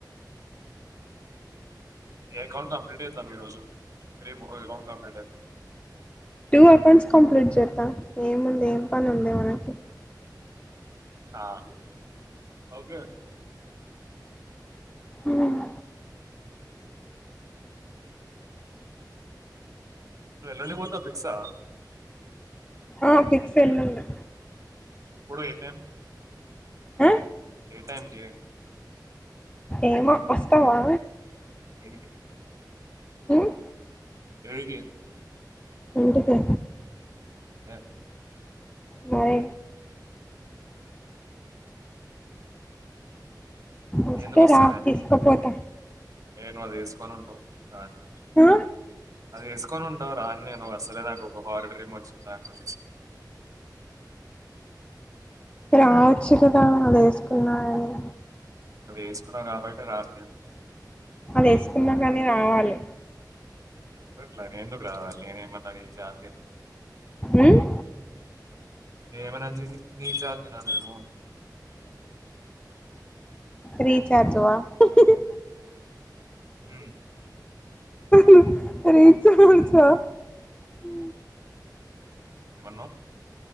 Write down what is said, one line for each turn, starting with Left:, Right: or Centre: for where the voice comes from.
Right: ఈ ఎకౌంట్ కంప్లీట్ చేద్దాం ఈరోజు రేప్ ఇంకో ఎకౌంట్ కంప్లీట్ చేద్దాం
Left: టూ ఎకౌంట్స్ కంప్లీట్ జేద్దాం ఏముంది ఏం పనుంది మనకి
Right: ఆ ఒకే
Left: ఉమ్
Right: ఇప్పుడు ఎల్లుండి పోతె ఫిక్స్ ఆ
Left: ఆ ఫిక్స్ ఎల్లుండె
Right: ఎప్పుడు ఏ టైమ్
Left: అ
Right: ఏ టైమ్కి
Left: ఏమో వస్తావా?
Right: ఏడికి
Left: ఉమ్
Right: ఏడికి
Left: ఇంటికి
Right: లె
Left: వై ఒస్తే
Right: ఎందుకొస్తాది
Left: రా తీస్కపోత
Right: ఏ నువ్ అది ఏస్కోని ఉంటవ్ రాన్నేన్
Left: ఆ
Right: అదేస్కోనుంటవ్ రాన్నేను అస్సలే నాకు ఒక హారర్ డ్రీమ్ ఒచ్చింది దాని గురించి
Left: రావోచ్చు కదా అదేస్కున్నా గాని
Right: అది ఎస్కున్నావ్ కాబట్టే రాన్నేన్
Left: అదేస్కున్నా గనీ రావాలి.
Right: ఎందుకట్లా నేనెందుకు రావాలి నేనుమన్నా నీ జాతినా.
Left: ఉమ్
Right: నేనేమన్నా జీనీ నీ జాతినా నేను
Left: రీచార్జ్వా హి హ్ హి
Right: ఉమ్
Left: ఉహ్ రీచార్జ్ హా ఆ
Right: ఏమన్నవ్?